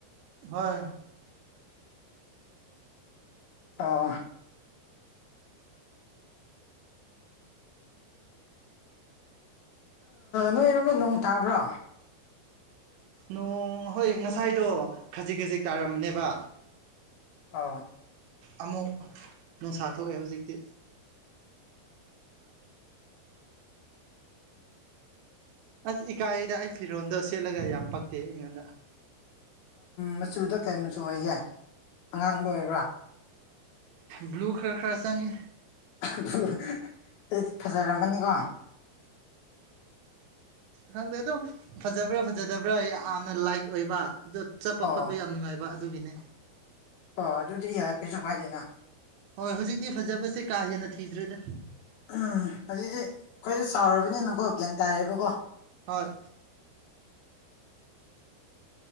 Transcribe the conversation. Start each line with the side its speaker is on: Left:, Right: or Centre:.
Right: ꯍꯣꯏ
Left: ꯑꯣ ꯅꯣꯏꯔꯣꯝꯗ ꯅꯣꯡ ꯇꯥꯕ꯭ꯔꯣ
Right: ꯅꯣꯡ ꯍꯣꯏ ꯉꯁꯥꯏꯗꯣ ꯈꯖꯤꯛ ꯈꯖꯤꯛ ꯇꯥꯔꯝꯕꯅꯦꯕ
Left: ꯑꯥꯎ
Right: ꯑꯃꯨꯛ ꯅꯨꯡꯁꯥ ꯊꯣꯛꯑꯦ ꯍꯧꯖꯤꯛꯇꯤ ꯑꯁ ꯏꯀꯥꯏꯗ ꯑꯩ ꯐꯤꯔꯣꯟꯜꯗꯣ ꯁꯦꯠꯂꯒ ꯌꯥꯝ ꯄꯛꯇꯦ ꯑꯩꯉꯣꯟꯗ
Left: ꯃꯆꯨꯗ ꯀꯩ ꯃꯆꯨ ꯑꯣꯏꯒꯦ ꯑꯉꯥꯡꯕ ꯑꯣꯏꯕ꯭ꯔꯥ
Right: ꯕ꯭ꯂꯨ ꯈꯔ ꯈꯔ ꯆꯪꯉꯦ
Left: ꯑꯗꯨ ꯑꯗꯨꯗꯤ ꯐꯖꯔꯝꯃꯅꯤꯀꯣ
Right: ꯈꯪꯗꯦ ꯑꯗꯨꯝ ꯐꯖꯕ꯭ꯔꯥ ꯐꯖꯗꯕ꯭ꯔꯥ ꯌꯥꯝꯅ ꯂꯥꯏꯠ ꯑꯣꯏꯕ ꯑ ꯆꯠꯄ
Left: ꯑꯣ
Right: ꯈꯣꯠꯄ ꯌꯥꯝ ꯅꯨꯡꯉꯥꯏꯕ ꯑꯗꯨꯒꯤꯅꯦ
Left: ꯑꯣ ꯑꯗꯨꯗꯤ ꯌꯥꯏ ꯀꯩꯁꯨ ꯀꯥꯏꯗꯦꯅ
Right: ꯍꯣꯏ ꯍꯧꯖꯤꯛꯇꯤ ꯐꯖꯕꯁꯦ ꯀꯥ ꯍꯦꯟꯅ ꯊꯤꯗ꯭ꯔꯦꯗ
Left: ꯎꯝ ꯑꯗꯩꯗꯤ ꯑꯩꯈꯣꯏꯁꯨ ꯆꯥꯎꯔꯕꯅꯤꯅꯀꯣ ꯒ꯭ꯌꯥꯟ ꯇꯥꯏꯌꯦꯕꯀꯣ
Right: ꯍꯣꯏ